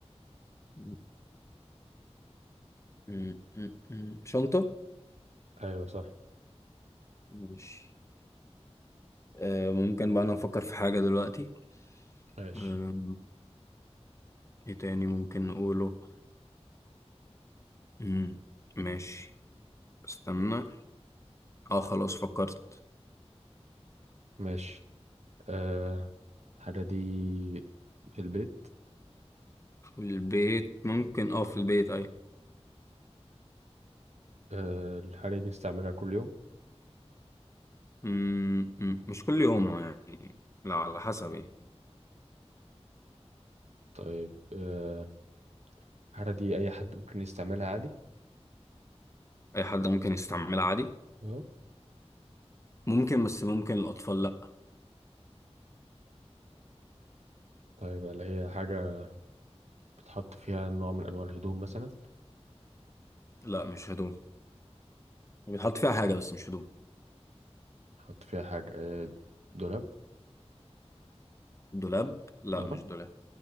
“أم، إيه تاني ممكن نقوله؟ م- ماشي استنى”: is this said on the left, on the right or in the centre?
Left